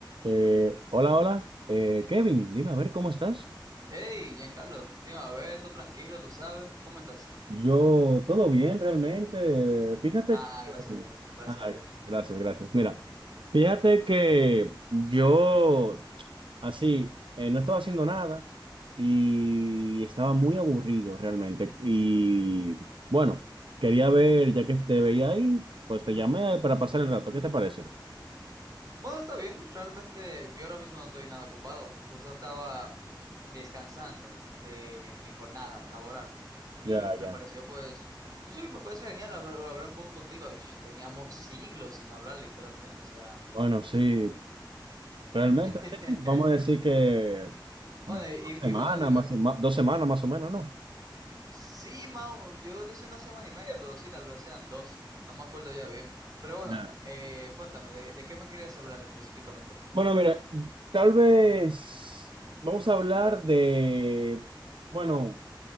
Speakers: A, on the right; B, on the right.
A: Eh, hola, hola. Eh, Kevin, dime a ver cómo estás.
B: Hey, Giancarlo, te iba a ver, todo tranquilo, tú sabes. ¿Cómo estás?
A: Yo, todo bien realmente. Fíjate
B: Ah,
A: que...
B: gracias a Dios, gracias
A: Ah,
B: a Dios.
A: gracias, gracias. Mira, fíjate que yo así eh, no estaba haciendo nada y estaba muy aburrido realmente. Y bueno, quería ver, ya que te veía ahí, pues te llamé para pasar el rato. ¿Qué te parece?
B: Bueno, está bien, realmente yo ahora mismo no estoy nada ocupado. Justo estaba descansando de mi jornada laboral y
A: Ya,
B: me
A: ya.
B: pareció, pues, pues sí, me parece genial hablar, hablar un poco contigo. Uf, teníamos siglos sin hablar, literalmente, o sea.
A: Bueno, sí. Realmente
B: <laughs>
A: sí, vamos a decir que
B: Bueno,
A: dos
B: y,
A: semanas
B: y bueno, dime,
A: más, más- dos semanas más o menos, ¿no?
B: Sí, Mau, yo decía una semana y media, pero sí, tal vez sean dos. No me acuerdo ya bien. Pero bueno,
A: Ya.
B: eh, cuéntame, ¿de, de qué me querías hablar específicamente?
A: Bueno, mira, tal vez vamos a hablar de, bueno,